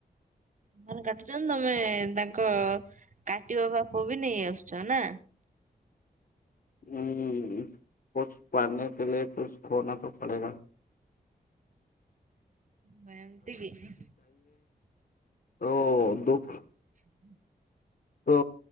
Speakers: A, on the right; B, on the left.
A: ସେମାନେ କାଟୁଛନ୍ତି ତମେ ତାଙ୍କ କାଟିବା ପାପ ବି ନେଇ ଆସୁଛ ନାଁ?
B: ଉଁ କୁଛ ପାନେକେ ଲିଏ କୁଛ ଖୋନା ତୋ ପଡ଼େଗା।
A: ମୁଁ ଏମତିକି?
B: ଓ ଦୁଃଖୁ।
A: <inaudible>
B: ଓ